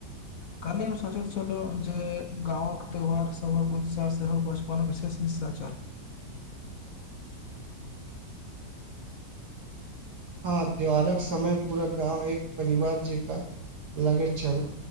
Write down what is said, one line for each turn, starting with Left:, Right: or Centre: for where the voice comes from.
Left: काल्हिये हम सोचैत छलौं जे गाँवक त्यौहार सबहक उत्साह सेहो बचपन विशेष छल
Right: <inaudible> हँ त्यौहारक समय पूरा गाँव एक परिवार जका लगैत छल